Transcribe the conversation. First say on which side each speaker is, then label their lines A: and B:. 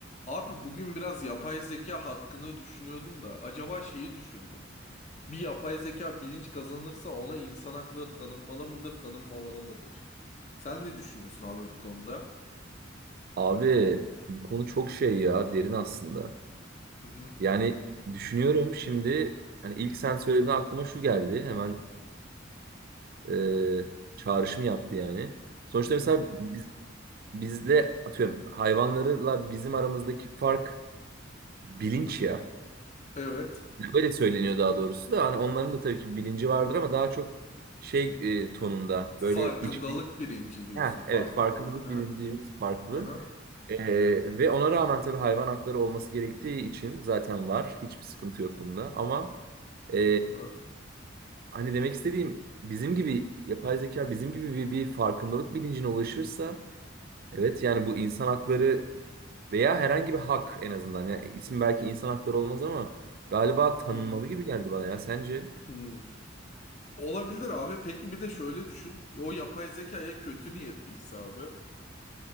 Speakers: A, on the left (about 35°); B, on the right (about 50°).
A: Abi bugün biraz yapay zeka hakkında düşünüyordum da acaba şeyi düşündüm. Bir yapay zeka bilinç kazanırsa ona insan hakları tanınmalı mıdır, tanınmamalı mıdır? Sen ne düşünüyorsun abi bu konuda?
B: Abi bu konu çok şey ya derin aslında.
A: Hı hı,
B: Yani düşünüyorum şimdi hani ilk sen söylediğinde aklıma şu geldi. Hemen e, çağrışım yaptı yani. Sonuçta mesela
A: Hı hı.
B: biz, bizle atıyorum hayvanlarla bizim aramızdaki fark bilinç
A: hı hı.
B: ya.
A: Evet.
B: Öyle söyleniyor daha doğrusu da hani onların da tabii ki bilinci vardır ama daha çok şey e, tonunda
A: Farkındalık
B: böyle iç
A: birinci diyorsun.
B: Heh,
A: Farkındalık.
B: evet farkındalık
A: Hı hı,
B: bilincimiz farklı.
A: hı hı,
B: Ee, ve ona rağmen tabii hayvan hakları olması gerektiği için zaten var. Hiçbir sıkıntı yok bunda. Ama e,
A: hı hı.
B: hani demek istediğim bizim gibi yapay zeka bizim gibi bir, bir farkındalık bilincine ulaşırsa evet yani bu insan hakları veya herhangi bir hak en azından. Yani isim belki insan hakları olmaz ama galiba tanınmalı
A: Hı hı.
B: gibi geldi bana ya sence?
A: Hı. Olabilir abi. Peki bir de şöyle düşün. O yapay zekaya kötü niyetliyse abi.